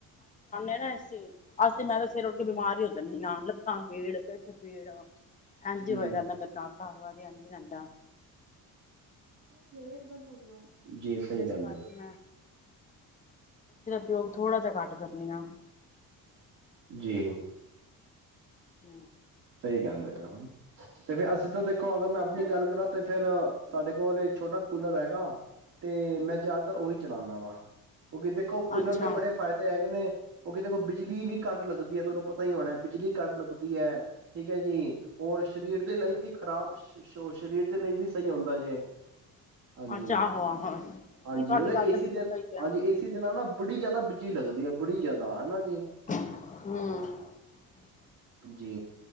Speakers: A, on the left; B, on the right.
A: ਆ ਨਾ ਅਸੀਂ ਮੈਂ ਤਾਂ ਸਿਰ ਉੱਟ ਕੇ ਬਿਮਾਰ ਹੀ ਹੋ ਜਾਂਦੀ ਆ ਲੱਤਾਂ ਬੀੜ ਅਸੀਂ ਚਲਾਨੇ ਹਾਂ ਨਾ ਇਸ ਅਸੀ ਮੈਂ ਤਾਂ ਸਿਰ ਉੱਠ ਕੇ ਬਿਮਾਰ ਹੀ ਹੋ ਜਾਂਦੀ ਹਾਂ ਲੱਤਾਂ ਪੀੜ ਪਿੱਠ ਪੀੜ ਇਝ
B: ਜੀ
A: ਹੀ ਹੋ ਰਹਿੰਦਾ ਮੇਰੇ ਨਾਲ ਕਾਰ ਵਾਰ ਇਝ ਰਹਿੰਦਾ
B: ਫੇਰ ਵਾ ਤੁਰਨਾ ਜੀ ਸਹੀ
A: ਜਿਸ
B: ਕਹਿੰਦੇ
A: ਕਰਕੇ ਮੈਂ ਗ ਥੋੜ੍ਹਾ ਜਿਹਾ ਘੱਟ ਕਰਨੀ ਆ
B: ਜੀ
A: ਹਮ
B: ਸਹੀ ਕਿਹਦੇ ਪਏ ਹੋ ਤੇ ਫੇਿਰ ਅਸੀਂ ਤਾਂ ਦੇਖੋ ਅਗਰ ਮੈਂ ਆਪਣੀ ਗੱਲ ਕਰਾਂ ਤੇ ਫੇਿਰ ਸਾਡੇ ਕੋਲ ਛੋਟਾ ਕੂਲਰ ਹੈਗਾ। ਤੇ ਮੈਂ ਜ਼ਿਆਦਾਤਰ ਉਹੀ ਚਲਾਉਦਾ ਵਾਂ ਕਿਉਂਕਿ ਦੇਖੋ ਕੂਲਰ
A: ਅੱਛਾ,
B: ਦੇ ਬੜੇ ਫ਼ਾਇਦੇ ਹੈਗੇ ਨੇ। ਉਹ ਕਿਤੇ ਕੋਲ ਬਿਜਲੀ ਵੀ ਘੱਟ ਲੱਗਦੀ ਹੈ। ਤੁਹਾਨੂੰ ਪਤਾ ਹੀ ਹੋਣਾ ਬਿਜਲੀ ਘੱਟ ਲੱਗਦੀ ਹੈ। ਠੀਕ ਹੈ। ਜੀ ਔਰ ਸਰੀਰ ਦੇ ਲਈ ਵੀ ਖ਼ਰਾਬ ਸਰੀਰ ਦੇ ਲਈ ਵੀ ਸਹੀ ਹੁੰਦਾ ਜੇ ਹਾਂਜੀ
A: ਅੱਛਾ ਆਹੋ ਆਹੋ।
B: ਹਾਂਜੀ
A: ਨਹੀਂ ਤੁਹਾਡੀ
B: ਇਹਦੇ
A: ਗੱਲ
B: ਏ
A: ਤਾਂ ਬਿਲਕੁਲ
B: ਦਿਨ
A: ਸਹੀ ਹੈ।
B: ਹਾਂਜੀ ਏਸੀ ਦਿਨਾਂ ਨਾ ਬੜੀ ਜ਼ਿਆਦਾ ਤਾਂ ਬੀਜੀ ਲੱਗਦੀ ਹੈ। ਬੜੀ ਜ਼ਿਆਦਾ ਹਨਾ
A: ਹਮ
B: ਜੀ ਜੀ